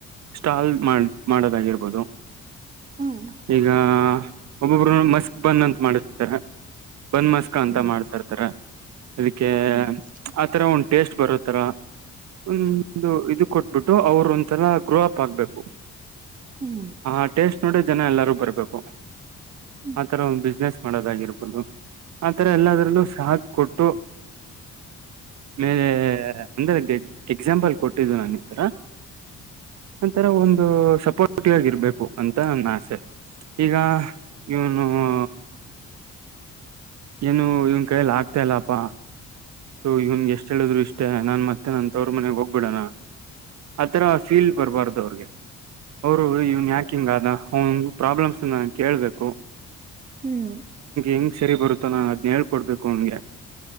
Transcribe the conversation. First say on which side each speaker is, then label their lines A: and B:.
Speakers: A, on the right (about 65°); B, on the right (about 25°).
A: ಸ್ಟಾಲ್ ಮಾಡ ಮಾಡೋದಾಗಿರ್ಬೋದು
B: ಹ್ಮ್ ಹ್ಮ್ ಹ್ಮ್
A: ಈಗ್ ಹಾ ಒಬ್ಬೊಬ್ರುನು ಮಸ್ಕ್ ಬಂದಂತೆ ಮಾಡರ್ತಾರೆ. ಬನ್ ಮಸ್ಕ್ ಅಂತ
B: ಹ್ಮ್
A: ಮಾಡ್ತಿರ್ತಾರೆ. ಅದಿಕ್ಕೆ
B: ಹ್ಮ್
A: ಆತರ ಒಂದ ಟೇಸ್ಟ್ ಬರೋತರ ಒಂದು ಇದು ಕೊಟ್ಬಿಟ್ಟು ಅವರು ಒಂಥರ ಗ್ರೋ ಅಪ್ ಆಗ್ಬೇಕು.
B: ಹ್ಮ್ ಹ್ಮ್
A: ಹಾ ಟೇಸ್ಟ್ ನೋಡೆ ಜನ ಎಲ್ಲಾರೂ ಬರ್ಬೇ ರ್ಬೇಕು
B: ಹ್ಮ್
A: ಆತರ ಒಂದ್ ಬಿಸ್ನೆಸ್ ಮಾಡೋದಾಗಿರ್ಬೋದು ಆತರ ಎಲ್ಲದ್ರಲ್ಲೂ ಸಾಹತ್ ಕೊಟ್ಟು ಮೇಲೆ ಎ ಅಂದ್ರೆ ಎಕ್ಸಾಂಪಲ್ ಕೊಟ್ಟಿದ್ದು ನಾನ ಈ ತರಾ. ಒಂತರ ಒಂದು ಸಪೋರ್ಟಿವ್ ಆಗಿರ್ಬೇ ಕು ಅಂತ ನನ್ನ ಆಸೆ. ಈಗಾ ಇವನು ಹಾ ಏನೋ ಇವನ್ ಕೈಯಲ್ಲಿ ಆಗ್ತಾ ಇಲ್ಲಪ್ಪಾ. ತು ಇವನ್ ಎಷ್ಟ್ ಹೇಳಿದ್ರು ಇಷ್ ತ್ತೆ ನಾನ್ ಮತ್ತೆ ನನ್ನ ಹಂತವ್ರ್ ಮನೆಗ್ ಹೋಗ್ಬೇಡಾ ಅಣ್ಣಾ. ಆತರ ಫೀಲ್ ಬರ್ಬಾರ್ದು ಅವ್ರಗೆ. ಅವರು ಇವ್ನ್ ಯಾಕ್ ಹಿಂಗ ಆದಾ ಅವನ್ ಪ್ರಾಬ್ಲಮ್ಸನ ಕೇಳ್ಬೇಕ್
B: ಹ್ಮು
A: ಹೆಂಗ್ ಸರಿ ಬರುತ್ತಾ ಅಣ್ಣಾ ಅದ್ನ್ ಹೇಳ್ಕೊಡ್ಬೇಕು ಅವನ್ಗೆ.